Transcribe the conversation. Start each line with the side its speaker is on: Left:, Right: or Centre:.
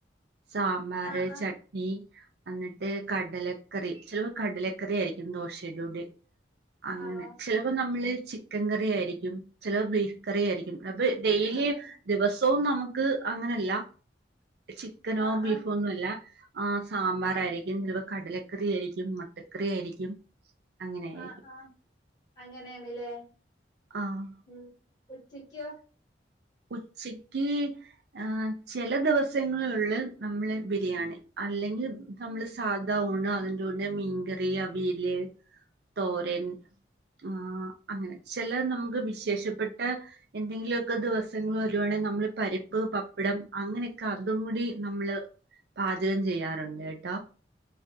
Right: സാമ്പാർ,
Left: ആഹ് ആഹ്
Right: ചട്നി അന്നിട്ട് കടലക്കറി <unintelligible> കടലക്കറി ആയിരിക്കും ദോശയുടെ കൂടെ. അങ്ങനെ
Left: ആണോ
Right: ചെലപ്പോ നമ്മള്, ചിക്കൻ കറിയായിരിക്കും. ചെലപ്പോ ബീഫ് കറി ആയിരിക്കും. അപ്പൊ ഡെയിലി
Left: ആഹ് ആഹ്
Right: ദിവസവും നമുക്ക് അങ്ങനല്ല ചിക്കനോ
Left: ആഹ്
Right: ബീഫോ
Left: ആഹ്
Right: ഒന്നുംല്ല ആ സാമ്പാർ ആയിരിക്കും. ചെലപ്പോ കടലക്കറി ആയിരിക്കും, മുട്ടക്കറി ആയിരിക്കും. അങ്ങനെയായിരിക്കും.
Left: ആ ആ അങ്ങനേണിലേ.
Right: ആഹ്
Left: ഉം കൊച്ചി ക <unintelligible>
Right: ഉച്ചക്ക് ആ ചെല ദിവസങ്ങൾ ഉള്ളു നമ്മള് ബിരിയാണി അല്ലെങ്കിൽ നമ്മള് സാദ ഊണ് അതിന്റെ കൂടെ മീൻകറി അവിയല് തോരൻ ആ അങ്ങനെ ചില നമുക്ക് വിശേഷപ്പെട്ട എന്തെങ്കിലുമൊക്കെ ദിവസ ദിവസങ്ങൾ വരുവാണങ്ങിൽ നമ്മള് പരിപ്പ് പപ്പടം അങ്ങനെയൊക്കെ അതും കൂടി നമ്മള് പാചകം ചെയ്യാറുണ്ട് കേട്ടാ